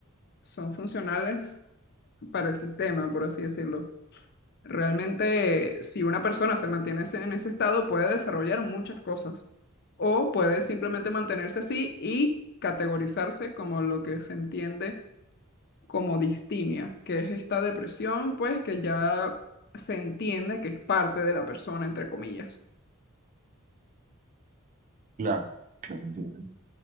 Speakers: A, on the left (about 50°); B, on the right (about 35°).
A: son funcionales para el sistema, por así decirlo. Realmente, si una persona se mantiene ese- en ese estado, puede desarrollar muchas cosas o puede simplemente mantenerse así y categorizarse como lo que se entiende como distimia, que es esta depresión, pues que ya se entiende que es parte de la persona, entre comillas.
B: Claro, claro, entiendo.